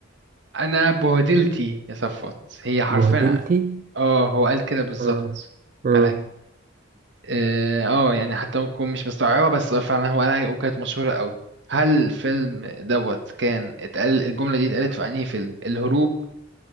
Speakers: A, on the right; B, on the right.
A: انا بهدلتي يا صفوت هي حرفيا
B: بهدلتي
A: اه هو قال كده بالظبط
B: آه آه
A: على اه آه، يعني حتى ممكن أكون مش مستوعبة بس هو فعلا هو قالها وكانت مشهورة قوي هل الفيلم دوت كان اتقال الجملة دي اتقالت في انهي فيلم الهروب